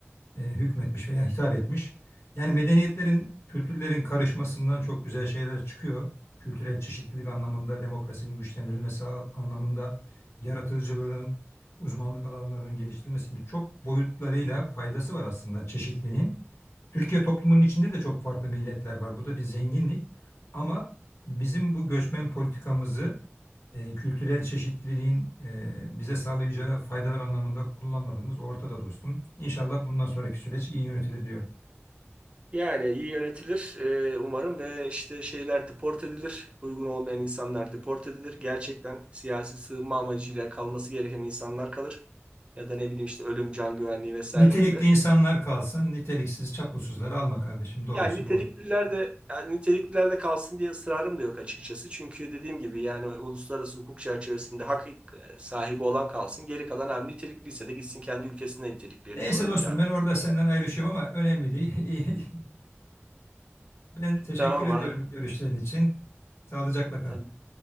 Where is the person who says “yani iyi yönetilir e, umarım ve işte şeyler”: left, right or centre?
Right